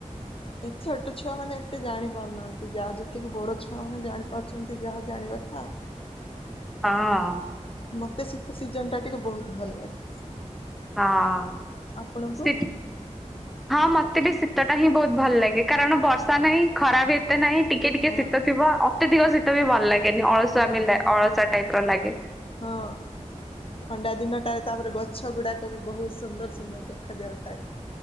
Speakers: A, on the left; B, in the centre.
A: ଏ ଛୋଟ ଛୁଆମାନେ ଏତେ ଜାଣିପାରୁନାହାନ୍ତି, ଯାହା ଯେତିକି ବଡ଼ ଛୁଆମାନେ ଜାଣିପାରୁଛନ୍ତି ଯାହା ଜାଣିବାଟା।
B: ହଁ- ହଁ।
A: ମତେ ଶୀତ ସିଜିନ୍ ଟା ଟିକେ ବହୁତ ଭଲ ଲାଗେ।
B: ହଁ
A: ଆପଣଙ୍କୁ
B: ସେଠି ହଁ ମତେ ବି ଶୀତ ଟା ହିଁ ବହୁତ ଭଲ ଲାଗେ, କାରଣ ବର୍ଷା ନାହିଁ ଖରା ବି ଏ ତେ ନାହିଁ, ଟିକେ ଟିକେ
A: ହଁ
B: ଶୀତ ଥିବ ଅତ୍ୟଧିକ ଶୀତ ବି ଭଲ ଲାଗେନି। ଯେମିତି ଅଳସୁଆମି
A: ହଁ
B: ଅଳସୁଆ ଟାଇପର ଲାଗେ।
A: ହଁ। ଥଣ୍ଡା ଦିନଟାରେ, ତାପରେ ଗଛ ଗୁଡାକ ବି ବହୁତ ସୁନ୍ଦର ସୁନ୍ଦର ଦେଖାଯାଉଥାଏ।